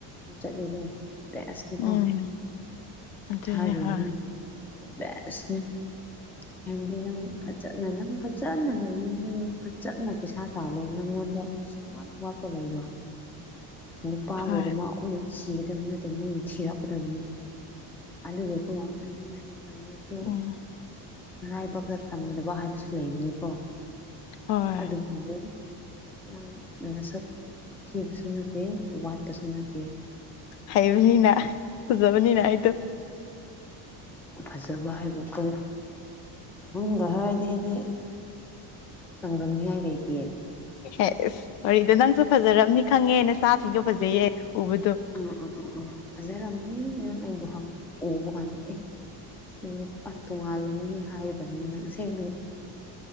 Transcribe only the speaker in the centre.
ꯆꯠꯂꯤꯗꯣ ꯕꯦꯁꯅꯤꯀꯣ
ꯍꯥꯏꯔꯨꯔꯅꯨ
ꯕꯦꯁꯅꯦ ꯍꯥꯏꯕꯗꯤ ꯅꯪ ꯐꯖꯟꯅ ꯅꯪ ꯐ ꯖꯟꯅ ꯂꯩꯌꯨ ꯅꯪ ꯐꯖꯟꯅ ꯄꯩꯁꯥ ꯇꯥꯜꯂꯣ ꯅꯪꯉꯣꯟꯗ ꯁꯨꯡꯋꯥꯠ ꯋꯥꯠꯄ ꯂꯩꯔꯣꯏ ꯅꯨꯄꯥꯒꯤ
ꯑꯗꯨꯃꯛ ꯑꯩꯈꯣꯏꯅ ꯊꯤꯒꯗꯕ ꯅꯠꯇꯦ ꯃꯣꯏꯅ ꯊꯤꯔꯛꯀꯗꯕꯅꯤ ꯑꯗꯨꯒꯀꯣ ꯑꯗꯨ ꯃꯣꯏꯅ ꯇꯧꯔꯁꯨ
ꯃꯔꯥꯏꯕꯛꯇ ꯇꯝꯗꯕ ꯍꯥꯏꯕꯁꯨ ꯂꯩꯕꯅꯤ ꯀꯣ
ꯑꯗꯨꯕꯨ ꯅꯪ ꯅꯁꯛ ꯊꯤꯕꯁꯨ ꯅꯠꯇꯦ ꯋꯥꯠꯄꯁꯨ ꯅꯠꯇꯦ
ꯐꯖꯕ ꯍꯥꯏꯕ ꯀ ꯅꯪꯒ ꯍꯥꯏꯔꯗꯤ ꯑꯩꯗꯤ ꯆꯥꯡꯗꯝꯅꯤꯉꯥꯏ ꯂꯩꯇꯦꯌꯦ
ꯎꯝ ꯎꯝ ꯎꯝ ꯎꯝ ꯐꯖꯔꯝꯅꯤ ꯅꯪ ꯑꯩꯕꯨ ꯍꯥꯛ ꯎꯕ ꯀꯥꯟꯗ ꯑꯦ ꯁꯤ ꯇꯣꯉꯥꯜꯂꯝꯅꯤ ꯍꯥꯏꯗꯕꯅꯤꯅ ꯑꯁꯦꯡꯗꯤ